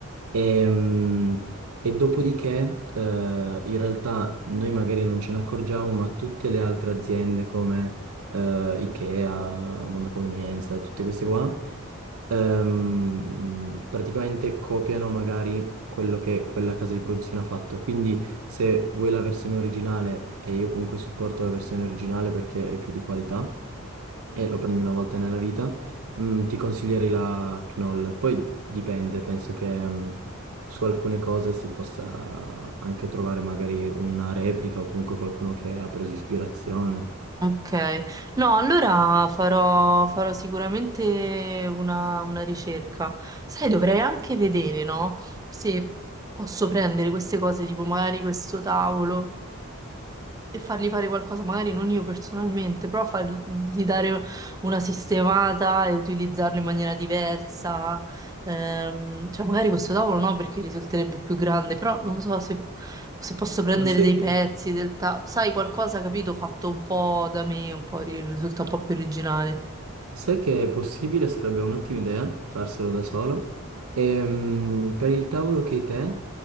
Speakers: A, on the right; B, on the right.
A: E, mm, e dopodiché, eh, in realtà noi magari non ce ne accorgiamo, ma tutte le altre aziende come eh, IKEA, Mondo Convenienza, tutte queste qua ehm, praticamente copiano magari quello che quella casa di produzione ha fatto. Quindi se vuoi la versione originale, e io comunque supporto la versione originale perché è più di qualità, e lo prendi una volta nella vita, mm, ti consiglierei la Knoll. Poi dipende, penso che mm, su alcune cose si possa anche trovare magari una replica o comunque qualcuno che ha preso ispirazione.
B: Ok, no, allora farò, farò sicuramente una, una ricerca. Sai, dovrei anche vedere, no? Se posso prendere queste cose, tipo magari questo tavolo e fargli fare qualcosa, magari non io personalmente, però fargli dare una sistemata e utilizzarlo in maniera diversa. Ehm, cioè, magari questo tavolo no, perché risulterebbe più grande, però non so se, se posso prendere
A: Ma sai
B: dei
A: che...
B: pezzi del tavolo. Sai, qualcosa, capito, fatto un po' da me, un po' ri- risulta un po' più originale.
A: Sai che è possibile, sarebbe un'ottima idea farselo da solo. E, per il tavolo che hai te,